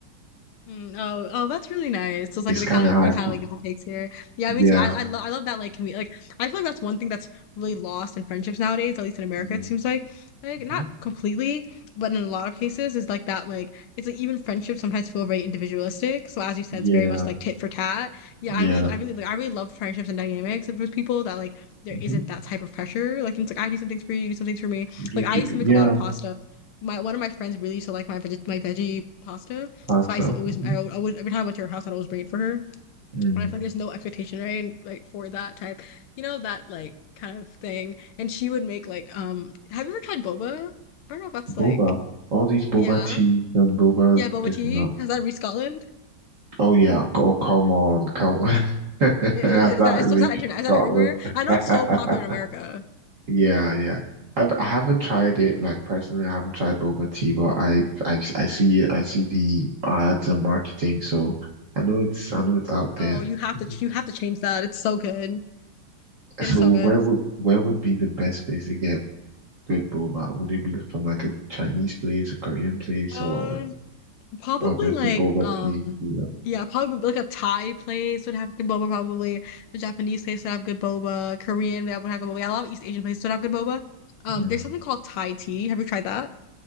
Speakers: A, on the left; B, on the right.
A: Oh, oh, that's really nice. So it's like
B: It's
A: the
B: kind
A: kind of
B: of how
A: everyone
B: I
A: kind
B: keep,
A: of like gives and takes here. Yeah,
B: yeah,
A: me too. I I love I love that like commu like I feel like that's one thing that's really lost in friendships nowadays, at least in America,
B: hmm
A: it seems like like not
B: hmm
A: completely, but in a lot of cases is like that like it's like even friendships sometimes feel very individualistic. So as you said,
B: yeah,
A: it's very much like tit for tat. Yeah,
B: yeah,
A: I really I really like, I really love friendships and dynamics with people that like there
B: hmm
A: isn't that type of pressure. Like it's like I do some things for you, you do some things for me.
B: You
A: Like I
B: do,
A: used
B: yeah,
A: to make a lot of pasta. My one of my friends really used to like my veg my veggie pasta.
B: pasta,
A: So I used to always,
B: hmm
A: I always, every time I went to her house, I'd always bring it for her. And
B: mm.
A: I feel like there's no expectation, right? And like for that type, you know, that like kind of thing. And she would make like, um, have you ever tried boba? I don't know if that's
B: Boba,
A: like,
B: all these boba
A: yeah,
B: teas
A: I don't,
B: and boba
A: yeah, boba
B: this
A: tea.
B: and that.
A: Has that reached Scotland?
B: Oh yeah, oh come on, come on, <laughs> that
A: Is, is that,
B: reached
A: so is that internet? Is
B: Scotland?
A: that everywhere? I know
B: <laughs>
A: it's so popular in America.
B: Yeah, yeah. I've, I haven't tried it like personally. I haven't tried boba tea, but I I I see it. I see the ads and marketing, so I know it's I know it's out there.
A: Oh, you have
B: <laughs>
A: to, you have to change that. It's so good. It
B: So
A: is so
B: where
A: good.
B: would where would be the best place to get good boba? Would it be from like a Chinese place, a Korean place,
A: Um,
B: or
A: Probably
B: or just
A: like
B: a boba
A: um
B: tea? Yeah.
A: yeah, probably like a Thai place would have good boba probably. A Japanese place would have good boba. Korean that would have good boba. Yeah, a lot of East Asian places would have good boba. Um
B: Mm,
A: there's something called Thai tea. Have you tried that?